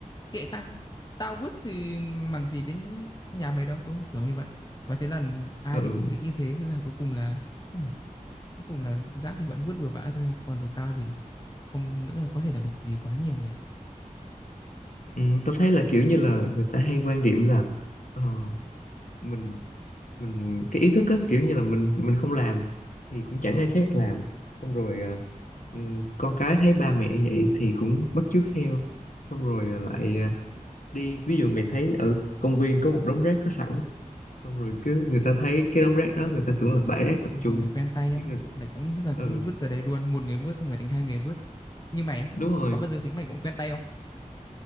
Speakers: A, on the left (about 30°); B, on the left (about 65°).
A: kệ tao tao vứt thì mằng gì đến nhà mày đâu đúng không? kiểu như vậy và thế là ai
B: ừ
A: thì cũng nghĩ như thế thế là cuối cùng là ừ, cuối cùng là rác thì vẫn vứt bừa bãi thôi còn thì tao thì không nghĩ là có thể làm được gì quá nhiều mẹ ạ
B: ừ, tao thấy là kiểu như là người ta hay quan điểm là ờ, mình mình cái ý thức á kiểu như là mình mình không làm thì cũng chẳng ai khác làm xong rồi ờ, ừ, con cái thấy ba mẹ vậy thì cũng bắt chước theo xong rồi ờ, lại ờ, đi ví dụ mày thấy ở công viên có một đống rác có sẵn xong rồi cứ người ta thấy cái đống rác đó người ta tưởng là bãi rác tập
A: ờ,
B: trung
A: mà người quen tay á
B: cái người
A: lại cũng thế là cũng
B: ừ
A: vứt ra đây luôn một người vứt xong người thành hai người vứt như mày á
B: đúng rồi
A: có bao giờ chính mày cũng quen tay không